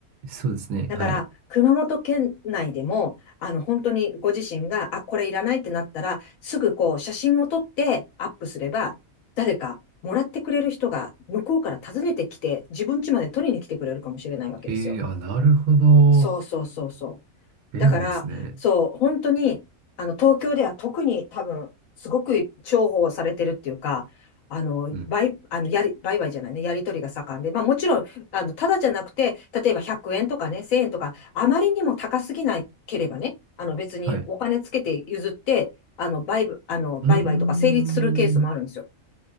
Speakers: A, on the right (about 70°); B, on the left (about 75°).
A: そうですね。
B: だから、
A: はい。
B: 熊本県内でも、あの、本当にご自身が、あ、これいらないってなったら、すぐこう、写真を撮ってアップすれば、誰かもらってくれる人が、向こうから訪ねてきて、自分家まで取りに来てくれるかもしれないわけですよ。
A: ええ、あ、なるほど。
B: そうそうそうそ
A: 便利ですね。
B: う。だから、そう、本当に、あの、東京では特に多分、すごく重宝されてるっていうか、あの、
A: うん。
B: 売、あの、やり、売買じゃないね、やり取りが盛んで、まあもちろん、あの、ただじゃなくて、例えば100円とかね、1000円とか、あまりにも高すぎなければね、あの、別にお金つけて譲って、
A: はい。
B: あの、売、あの、売買とか成立するケースもあるんですよ。
A: うーん。